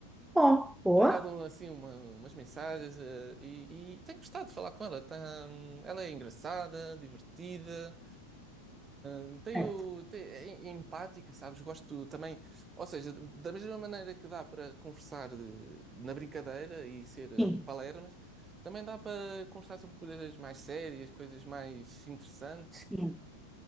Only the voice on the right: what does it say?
trocado assim uma- umas mensagens eh, e, e tenho gostado de falar com ela. Tá, hum, ela é engraçada, divertida, hum, tenho-
te- é é empática, sabes? Gosto também, ou seja, da mesma maneira que dá para conversar de- na brincadeira e ser eh,
palermas, também dá para conversar sobre coisas mais sérias, coisas mais interessantes.